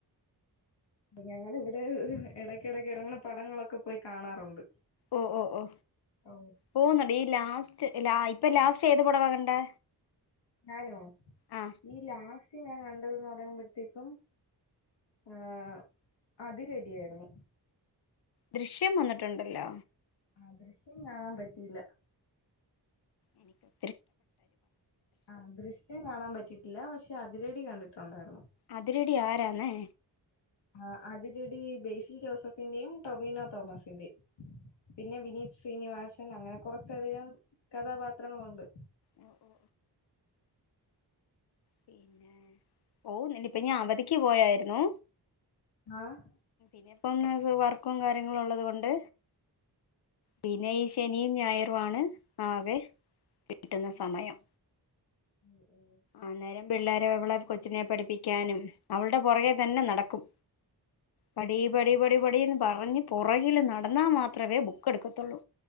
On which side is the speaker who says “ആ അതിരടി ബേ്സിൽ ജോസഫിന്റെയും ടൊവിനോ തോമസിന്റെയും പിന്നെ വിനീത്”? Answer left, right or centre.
Left